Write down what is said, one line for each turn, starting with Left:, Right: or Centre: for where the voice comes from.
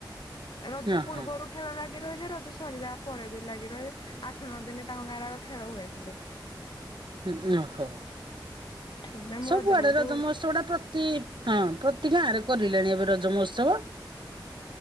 Left: ରଜ
Right: ଅ
Left: ପୂର୍ବରୁ
Right: ହଁ
Left: ଖେଳ ଲାଗି ରହେ ଯେ ରଜ ସରିବା ପରେ ବି ଲାଗି ରହେ ଆଠ, ନଅ ଦିନ ତାଙ୍କ ଗାଁରେ ଆଗ ଖେଳ ହୁଏ ଖେଳେ
Right: <unintelligible>
Left: ସେଥିପାଇଁ ମୁଁ
Right: ସବୁଆଡେ
Left: ବେଳକୁ
Right: ରଜ ମହୋତ୍ସବ ଟା ପ୍ରତି ହଁ ପ୍ରତି ଗାଁ ରେ କରିଲାଣି ଏବେ ରଜ ମହୋତ୍ସବ।